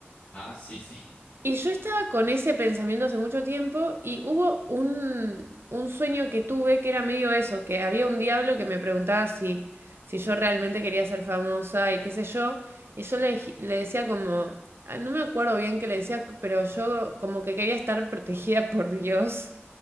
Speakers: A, on the left (about 25°); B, on the right (about 65°).
A: Ah, sí, sí.
B: Y yo estaba con ese pensamiento hace mucho tiempo y hubo un, un sueño que tuve que era medio eso, que había un diablo que me preguntaba si, si yo realmente quería ser famosa y qué sé yo. Y yo le, le decía como, ah, no me acuerdo bien qué le decía, pero yo como que quería estar protegida <laughs> por Dios